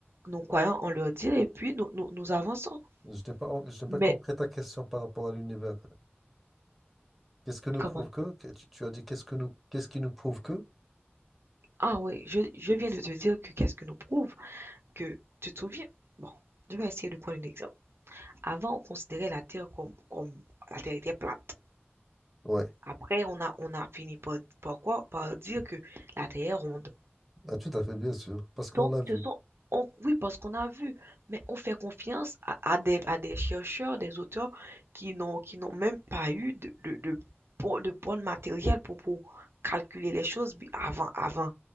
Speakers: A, on the right; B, in the centre.
A: nous croyons en leur dire et puis nous, nous, nous avançons.
B: Je n'ai pas, je n'ai
A: Mais
B: pas compris ta question par rapport à l'univers. Qu'est-ce que nous
A: comment?
B: prouve que? Que- Tu, tu as dit qu'est-ce que nous, qu'est-ce qui nous prouve que?
A: Ah oui, je, je viens de te dire que qu'est-ce que nous prouve que tu te souviens? Bon, je vais essayer de prendre un exemple. Avant, on considérait la Terre comme, comme la Terre était plate.
B: Ouais,
A: Après, on a, on a fini par, par quoi? Par dire que la Terre est ronde.
B: ah, tout à fait, bien sûr, parce qu'on
A: Donc,
B: l'a vu.
A: ce sont, on- oui, parce qu'on a vu, mais on fait confiance à, à des, à des chercheurs, des auteurs qui n'ont, qui n'ont même pas eu de, de, de, bon, de bon matériel pour, pour calculer les choses bi- avant, avant.